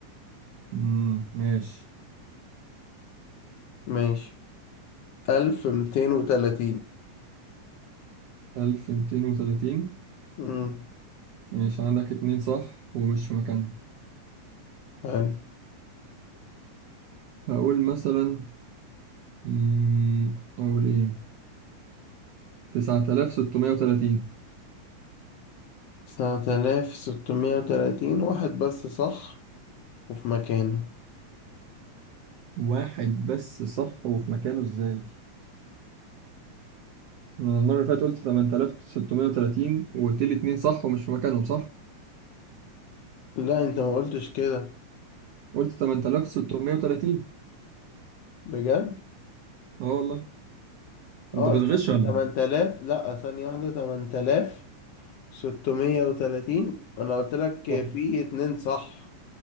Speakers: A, on the right (about 80°); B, on the left (about 70°).
A: امم ماشي
B: ماشي ألف ميتين وتلاتين
A: 1230
B: أمم،
A: ماشي عندك اتنين صح ومش في مكانهم
B: حلو
A: هقول مثلا أمم، أقول إيه 9630
B: سبعة آلاف ستمية وتلاتين واحد بس صح وفي مكانه
A: واحد بس صح وفي مكانه إزاي؟ أنا المرة اللي فاتت قلت 8630 وقلت لي اتنين صح ومش في مكانهم صح؟
B: لا انت ما قلتش كده
A: قلت 8630
B: بجد
A: أه والله أنت
B: اه
A: بتغش
B: ثانية
A: ولا
B: تمن تلاف لا ثانية واحدة تمن تلاف ستمية وتلاتين أنا قلت لك
A: إيه؟
B: في
A: آه.
B: اتنين صح